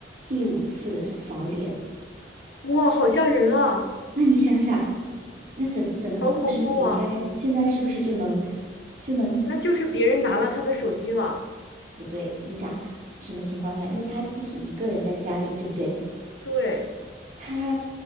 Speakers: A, on the right (about 45°); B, on the left (about 75°).
A: 第五次扫脸。
B: 哇，好吓人啊，
A: 那你想想，那整整个故事，
B: 好恐怖啊！
A: 你应该现在是不是就能就能
B: 那就是别人拿了他的手机了，
A: 不对？你想什么情况下？因为他自己一个人在家里，对不对？
B: 对，
A: 他